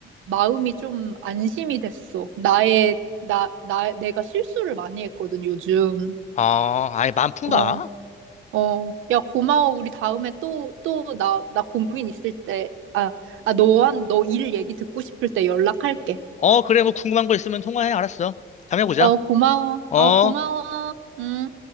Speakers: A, on the right; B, on the left.
A: 마음이 좀 안심이 됐어. 나의, 나, 나, 내가 실수를 많이 했거든, 요즘.
B: 아, 아예 만푼다?
A: 어, 어. 야, 고마워. 우리 다음에 또, 또, 나, 나 고민 있을 때, 아, 아, 너한, 너 일 얘기 듣고 싶을 때 연락할게.
B: 어, 그래, 뭐 궁금한 거 있으면 통화해. 알았어. 다음에 보자.
A: 어, 고마워.
B: 어.
A: 어, 고마워. 음.